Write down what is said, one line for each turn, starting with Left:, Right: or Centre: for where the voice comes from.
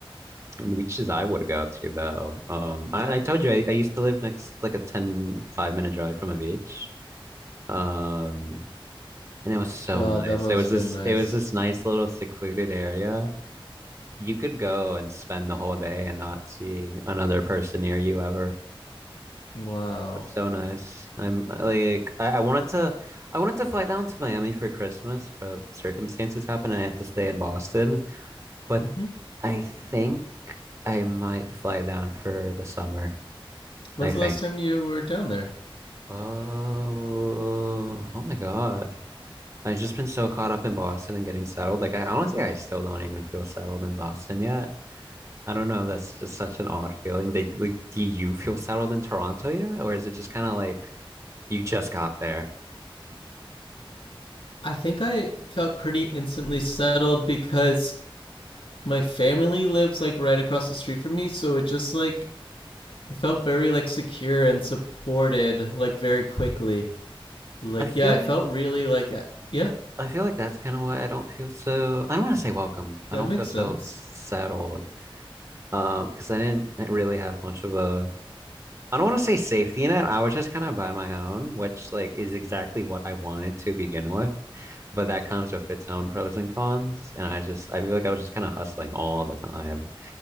Right: and the beaches I would go to though. Um, I, I told you I, I used to live next like a ten-five minute drive from a beach. Um, and it was so
Left: God, that
Right: nice.
Left: must
Right: It was
Left: have
Right: this
Left: been nice.
Right: it was this nice little secluded area. You could go and spend the whole day and not see another person near you ever.
Left: Wow.
Right: So nice. I'm like I, I wanted to I wanted to fly down to Miami for Christmas, but circumstances happened and I had to stay in Boston. But
Left: hmm
Right: I think I might fly down for the summer,
Left: When's
Right: I
Left: the
Right: think.
Left: last time you were down there?
Right: Oh, oh my God. I've just been so caught up in Boston and getting settled. Like I honestly I still don't even feel settled in Boston yet. I don't know. That's just such an odd feeling. They like do you feel settled in Toronto yet? Or is it just kind of like you just got there?
Left: I think I felt pretty instantly settled because my family lives like right across the street from me, so it just like it felt very like secure and supported like very quickly. Like
Right: I feel
Left: yeah, I felt
Right: like
Left: really like uh, yeah,
Right: I feel like that's kind of why I don't feel so, I don't want to say welcome. I
Left: that
Right: don't
Left: makes
Right: feel so
Left: sense.
Right: settled.
Left: <laughs>
Right: Um, because I didn't really have much of a, I don't want to say safety net. I was just kind of by my own, which like is exactly what I wanted to begin with. But that comes with its own pros and cons. And I just, I feel like I was just kind of hustling all the time.